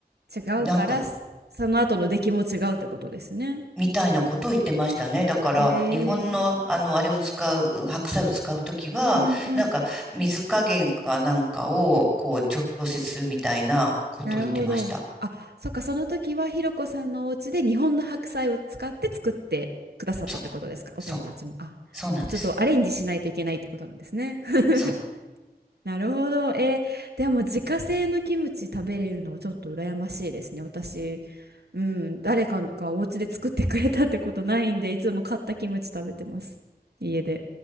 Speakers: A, on the right; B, in the centre.
A: う違うから、
B: なんか、
A: その後の出来も違うってことですね。
B: みたいなことを言ってましたね。だから、
A: ええ
B: 日本の、あの、あれを使う、白菜を使うときは、
A: うんうん。
B: なんか、水加減かなんかを、こう、調節するみたいなことを言ってました。
A: なるほど。あ、そっか、その時はひろこさんのお家で日本の白菜を使って作ってくださったってことですか、
B: そう、そう、
A: お友達も。あ、
B: そうなんです。
A: じゃあちょっとアレンジしないといけないってことなんですね。<laughs>
B: そう
A: なるほど。えーでも自家製のキムチ食べれるのはちょっと羨ましいですね。私、うん、誰かがお家で作ってくれたってことないんで、いつも買ったキムチ食べてます。家で。